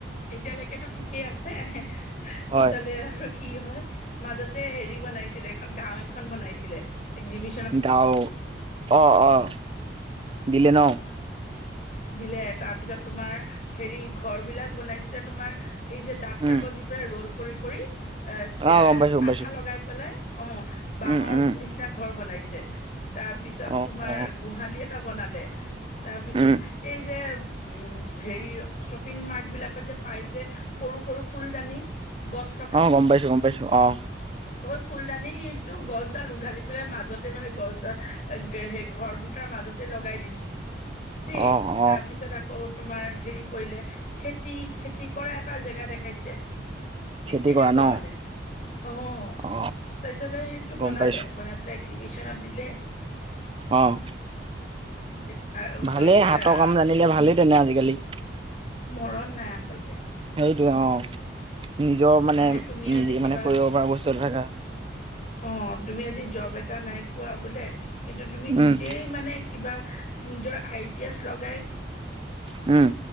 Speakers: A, on the left; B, on the right.
A: এতিয়ালৈকে তো ঠিক কেই আছে <unintelligible> পিছাল
B: হয়
A: আৰু কি হয়। মাজতে হেৰি বনাইছিলে এখন গাও এখন বনাইছিলে এক্সিবি
B: গাওঁ অঁ অঁ দিলে ন'?
A: দিলে তাৰপিছত তোমাৰ হেৰি ঘৰ বিলাক বনাইছিলে তোমাৰ এই যে দাঠ
B: উম
A: কাগজ দি পেলাই ৰ'ল কৰি কৰি এঁ
B: অ গম পাইছো গম
A: আঠা
B: পাইছো
A: লগাই পেলাই অঁ বাহৰ
B: উম উম
A: নিচিনা ঘৰ বনাইছে, তাৰপিছত
B: অ
A: তোমাৰ
B: অ
A: গোহালি এটা বনালে, তাৰপিছত
B: উম
A: এই যে উম, হেৰি শ্বপিং মাৰ্ত বিলাকত যে পাই যে সৰু ফুলদানি গছ।
B: অ' গম পাইছো, গম পাইছো অ'।
A: হয় ফুলদানিটো গছডাল উঘালি পেলাই মাজতে মানে গছডাল সেই ঘৰ দুটাৰ মাজতে লগাই দিছো দেই
B: অ অ
A: তাৰপিছত আকৌ আকৌ তোমাৰ হেৰি কৰিলে খেতি খেতি কৰা এটা জেগা দেখাইছে। ঠিক
B: খেতি
A: তেনেকুৱা
B: কৰা ন
A: মানে অ'
B: অ
A: তাৰপিছত সেইটো
B: গম
A: বনালে
B: পাইছো
A: বনাই লেগৰিবিচেনত দিলে।
B: অহ।
A: <unintelligible>
B: ভালে হাতৰ
A: আৰু
B: কাম জানিলে ভালেই তেনে আজিকালি।
A: মৰণ নাই আচলতে।
B: সেইটোৱে অ' নিজৰ মানে
A: হয়নে
B: নিজেই
A: তুমি আজি কিবা
B: মানে কৰিব পৰা বস্তু এটা থাকা।
A: অ' তুমি আজি জব এটা নাই পোৱা বোলে কিন্তু তুমি নিজেই
B: উম
A: মানে কিবা নিজৰ আইডিয়াছ লগাই
B: উম'।